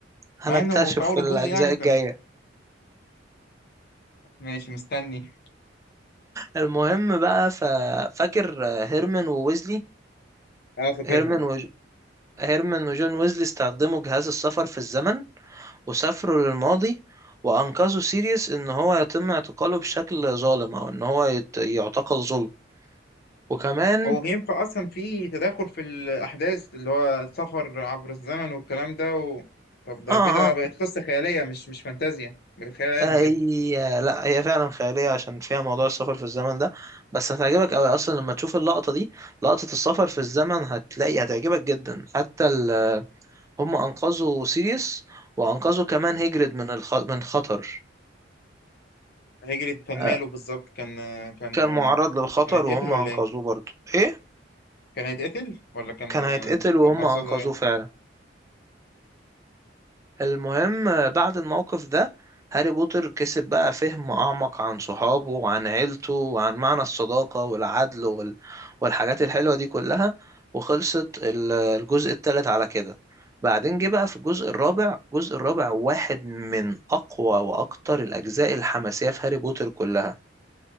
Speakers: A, on the right; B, on the left.
A: هنكتشف
B: مع انه في اول
A: في الاجزاء
B: الجزء يعني كان
A: الجاية
B: ماشي مستني
A: المهم بقى ف... فاكر هيرمان وويزلي
B: اه فاكرهم
A: هيرمان وج... هيرمان وجون ويزلي استخدموا جهاز السفر في الزمن وسافروا للماضي وأنقذوا سيريوس إن هو يتم اعتقاله بشكل ظالم أو إن هو يت- يعتقل ظلم وكمان
B: هو ينفع اصلا في تداخل في الاحداث اللي هو سفر عبر الزمن والكلام ده و... طب ده
A: آه
B: كده
A: آه
B: بقت قصه خياليه مش مش فانتازيا بقت خيال علمي
A: هي
B: كده
A: لا هي فعلا خيالية عشان فيها موضوع السفر في الزمن ده بس هتعجبك أوي أصلا لما تشوف اللقطة دي لقطة السفر في الزمن هتلاقي هتعجبك جدا حتى ال... هم أنقذوا سيريس وأنقذوا كمان هيجرد من الخ... من خطر
B: هيجري كان
A: آه،
B: ماله بالظبط كان كان
A: كان معرض للخطر
B: كان هيتقتل
A: وهم
B: ولا
A: أنقذوه
B: ايه
A: برضه إيه
B: كان هيتقتل ولا كان
A: كان هيتقتل وهم
B: ولا كان حصل
A: أنقذوه
B: له ايه
A: فعلا المهم آه، بعد الموقف ده هاري بوتر كسب بقى فهم أعمق عن صحابه وعن عيلته وعن معنى الصداقة والعدل وال... والحاجات الحلوة دي كلها وخلصت ال- الجزء التالت على كده بعدين جه بقى في الجزء الرابع الجزء الرابع واحد من أقوى وأكتر الأجزاء الحماسية في هاري بوتر كلها